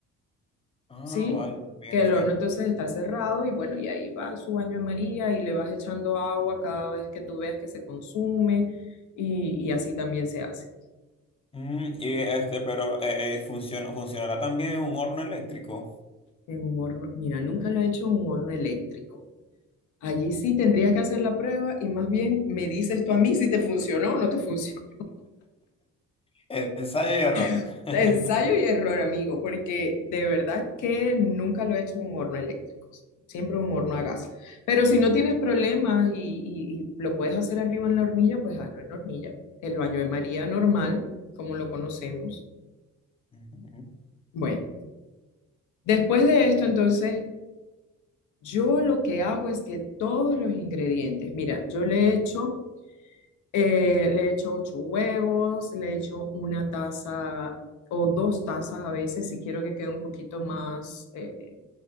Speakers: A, on the left; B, on the left.
A: Ah,
B: ¿sí?
A: vale, también,
B: Que el
A: cierto.
B: horno entonces está cerrado y bueno, y ahí va su baño de María y le vas echando agua cada vez que tú veas que se consume y, y así también se hace.
A: Mm, y este, pero eh, eh, funciona, funcionará también un horno eléctrico.
B: En un horno, mira, nunca lo he hecho en un horno eléctrico. Allí sí tendrías que hacer la prueba y más bien me dices tú a mí si te funcionó o no te funcionó.
A: Eh, Ensayo y error.
B: <laughs>
A: <laughs>
B: Ensayo y error, amigo, porque de verdad que nunca lo he hecho en un horno eléctrico, siempre en un horno a gas. Pero si no tienes problemas y, y- y lo puedes hacer arriba en la hornilla, pues hazlo en la hornilla, el baño de María normal, como lo conocemos.
A: Ujú,
B: Bueno, después de esto, entonces, yo lo que hago es que todos los ingredientes, mira, yo le echo Eh, le echo ocho huevos, le echo una taza o dos tazas a veces, si quiero que quede un poquito más, eh,